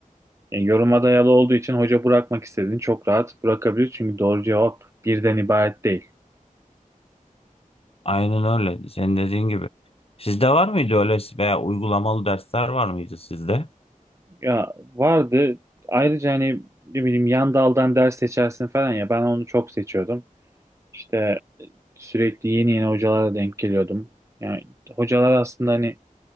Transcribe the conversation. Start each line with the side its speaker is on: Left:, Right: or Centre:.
Right: Yani yoruma dayalı olduğu için hoca bırakmak istediğini çok rahat bırakabilir çünkü doğru cevap birden ibaret değil.
Left: Aynen öyle. Senin dediğin gibi. Sizde var mıydı öyle veya uygulamalı dersler var mıydı sizde?
Right: Ya vardı ayrıca hani ne bileyim yan daldan ders seçersin falan ya ben onu çok seçiyordum. İşte sürekli yeni yeni hocalara denk geliyordum. Yani hocalar aslında hani